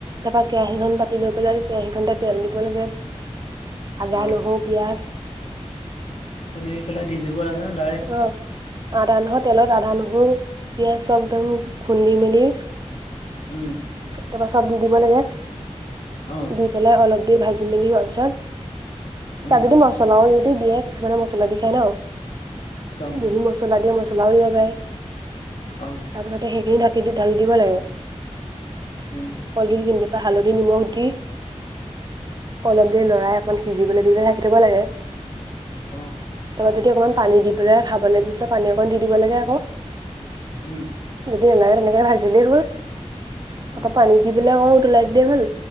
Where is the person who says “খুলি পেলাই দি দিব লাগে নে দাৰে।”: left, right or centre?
Left